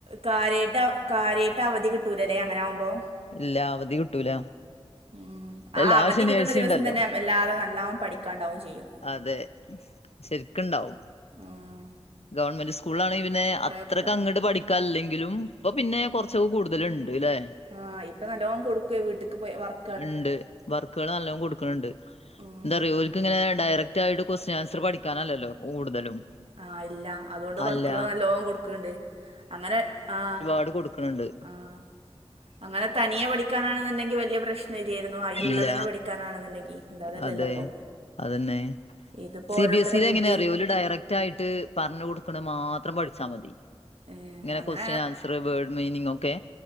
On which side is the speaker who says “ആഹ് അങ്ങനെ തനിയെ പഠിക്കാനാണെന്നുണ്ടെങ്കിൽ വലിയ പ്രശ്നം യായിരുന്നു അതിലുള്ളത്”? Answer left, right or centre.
Right